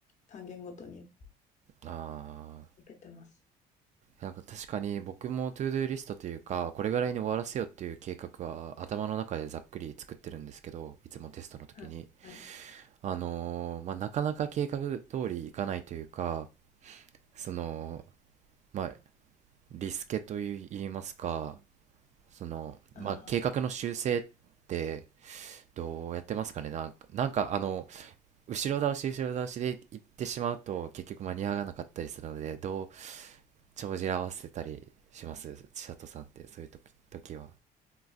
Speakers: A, on the left; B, on the right.
A: 単元ごとに
B: あー。
A: 分けてます。
B: なんか確かに僕もトゥードゥーリストというか、これぐらいに終わらせようっていう計画は頭の中でざっくり作ってるんですけど、いつもテストの時に。
A: はい。
B: あのーまあ、なかなか計画通りいかないというか、その、まあ、リスケといいますか、その、
A: ああ、
B: まあ、計画の修正ってどうやってますかね。なんか、なんかあの、後ろ倒し後ろ倒しで行ってしまうと結局間に合わなかったりするのでどう帳尻合わせたりします千里さんってそういう時、時は